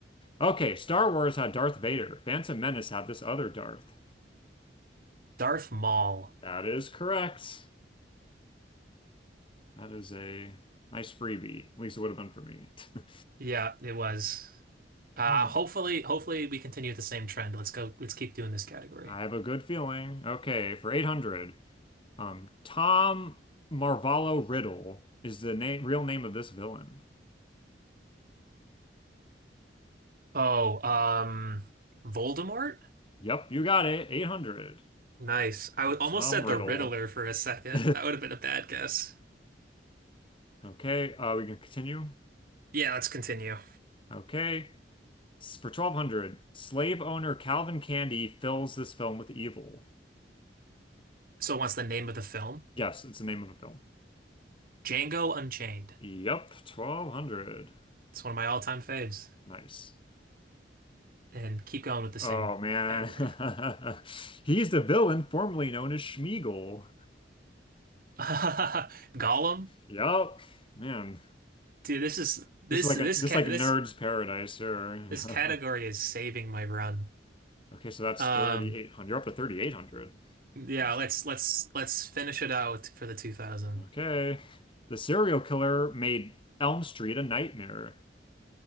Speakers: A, on the left; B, on the right.
A: Okay, Star Wars had Darth Vader. Phantom Menace had this other Darth.
B: Darth Maul.
A: That is correct. That is a nice freebie. At least it would have been for me. <laughs>
B: Yeah, it was. Uh,
A: All right.
B: hopefully, hopefully we continue the same trend. Let's go. Let's keep doing this category.
A: I have a good feeling. Okay, for 800, um, Tom Marvallo Riddle is the name, real name of this villain.
B: Oh, um, Voldemort?
A: Yep, you got it. 800.
B: Nice. I
A: Yep,
B: would almost
A: Tom
B: said
A: Riddle.
B: the Riddler
A: <laughs>
B: for a second. That would have been a bad guess.
A: Okay, uh, we can continue.
B: Yeah, let's continue.
A: Okay. For 1200, slave owner Calvin Candy fills this film with evil.
B: So, what's the name of the film?
A: Yes, it's the name of a film.
B: Django Unchained.
A: Yep, 1200.
B: It's one of my all-time faves.
A: Nice.
B: And keep going with the same
A: Oh man.
B: category.
A: <laughs> He's the villain formerly known as Schmeagol.
B: <laughs> Gollum?
A: Yep. Man,
B: Dude, this is this
A: this is like
B: this
A: a this
B: cat
A: is like nerd's
B: this
A: paradise here. <laughs>
B: this category is saving my run.
A: Okay, so that's
B: Um,
A: 3800. You're up to 3800.
B: yeah,
A: Nice.
B: let's let's let's finish it out for the 2000.
A: Okay. The serial killer made Elm Street a nightmare.